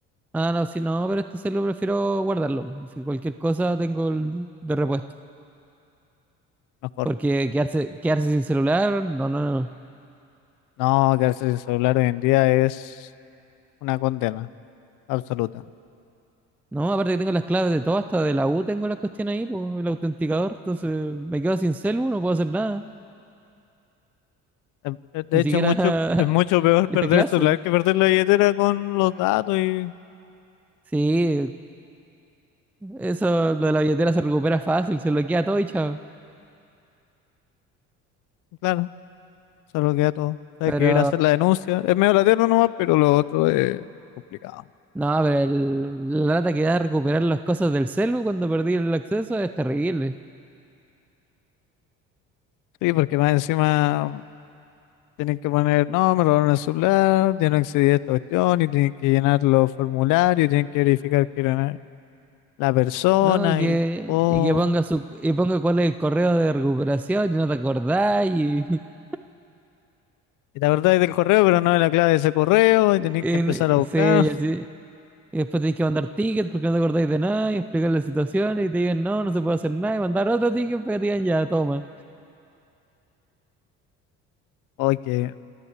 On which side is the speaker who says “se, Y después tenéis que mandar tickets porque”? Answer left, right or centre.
Centre